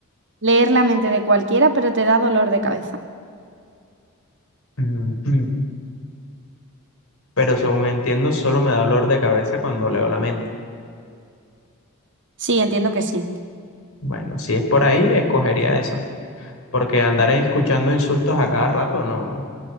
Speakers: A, on the right; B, on the left.
A: Leer la mente de cualquiera, pero te da dolor de cabeza.
B: Ujú. Pero según entiendo, solo me da dolor de cabeza cuando leo la mente.
A: Sí, entiendo que sí.
B: Bueno, si es por ahí, escogería eso. Porque andar escuchando insultos a cada rato, no.